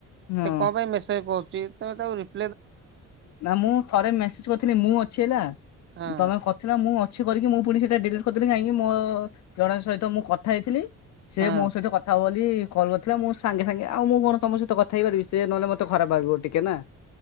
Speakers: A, on the left (about 65°); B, on the right (about 40°).
A: ହଁ
B: ସେ କଣ ପାଇଁ ମେସେଜ କରୁଚି ତମେ ତାକୁ ରିପ
A: ନା ମୁଁ ଥରେ ମେସେଜ କରିଥିଲି ମୁଁ ଅଛି ହେଲା
B: ହଁ
A: ତମେ କରିଥିଲ ମୁଁ ଅ ଛି କରିକି ମୁଁ ପୁଣି ସେଇଟା ଡିଲଟ କରିଦେଲି କାହିଁକି ମୋ ଜଣଙ୍କ ସହିତ ମୁଁ କଥା ହେଇଥିଲି ସେ
B: ହଁ
A: ମୋ ସହିତ କଥା ହବ ବୋଲି କଲ୍ କରିଥିଲା ମୁଁ ସାଙ୍ଗେ ସାଙ୍ଗେ ଆଉ ମୁଁ କଣ ତମ ସହିତ କଥା ହେଇପାରିବି ସେ ନହେଲେ ମତେ ଖରାପ ଭାବିବ ଟିକେ ନା!